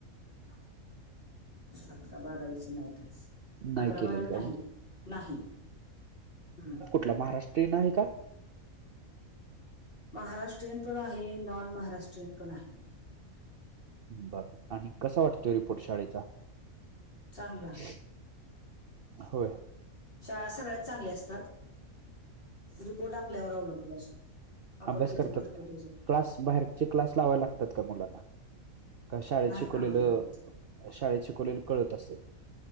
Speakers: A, on the left (about 40°); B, on the right (about 55°).
A: <unintelligible> अकरा, बारावीच नाही काईच.
B: नाही
A: अकरा,
B: केलेली
A: बारावी
B: का
A: नाही.
B: अजून
A: नाही. हम्म.
B: कुठलं महाराष्ट्रीयन आहे का?
A: महाराष्ट्रीयन पण आहे. नॉन महाराष्ट्रीयन पण आहे.
B: बर. आणि कसं वाटत? तो रिपोर्ट शाळेचा.
A: चांगला आहे.
B: <unintelligible> होय.
A: शाळा सगळ्याच चांगल्या असतात. रिपोर्ट आपल्यावर अवलंबून असतो. आपण
B: अभ्यास
A: किती
B: करतात
A: करतो
B: काय?
A: त्याच्या
B: क्लास बाहेरचे क्लास लावाय लागतात का मुलाला. का शाळेत
A: नाही
B: शिकवलेलं.
A: लावायला लागत
B: शाळेत शिकवलेलं कळत असल.